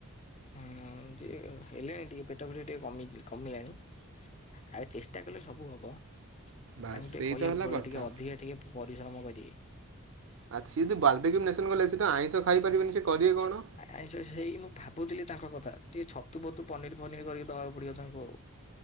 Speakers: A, on the left (about 30°); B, on the right (about 65°).
A: ହୁଁ ଏମତି ହେଲେଣି ଟିକେ ପେଟ ଫେଟ ଟିକେ କମିଚି କମିଲାଣି। ଆଉ ଚେଷ୍ଟା କଲେ ସବୁ ହବ ତାଙ୍କୁ
B: ବାସ୍
A: ଟିକେ
B: ସେଇ
A: କହିବାକୁ
B: ତ ହେଲା
A: ପଡିବ
B: କଥା।
A: ଟିକେ ଅଧିକା ଟିକେ। ପରିଶ୍ରମ କରିବେ।
B: ଆଛା ସିଏ ଯଦି‌ ବା୍ରବି କିଉ ନେସନ୍ ଗଲେ ସେ ତ ଆଇଁଷ ଖାଇ ପାରିବେନି ସିଏ କରିବେ କଣ।
A: ଆଇଁଷ ସେଇ ମୁଁ ଭାବୁଥିଲି ତାଙ୍କ କଥା ଟିକେ ଛତୁ ଫତୁ ପନିର ଫନିର କରିକି ଦବାକୁ ପଡିବ ତାଙ୍କୁ ଆଉ।